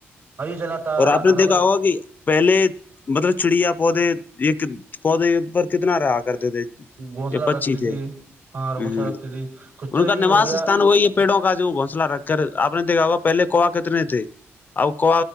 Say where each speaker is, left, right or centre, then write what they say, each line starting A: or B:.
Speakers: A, on the right (about 75°); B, on the left (about 40°).
A: چلا تھا
B: اور آپ نے
A: اراولی
B: دیکھا ہوا کہ پہلے مطلب چڑیا پودے یہ پودے پر کتنا رہا کرتے تھے یہ
A: گھونسلہ
B: پچی
A: رکھتی
B: تھی ہ
A: ہاں گھونسلہ
B: ہ
A: رکھتی تھی کچھ تو
B: ان کا
A: یہ
B: نواس
A: ہو گیا
B: استھان وہی پیڑوں کا جو گھونسلہ رکھ کر آپ نے دیکھا ہوا پہلے کوا کتنے تھے اب کو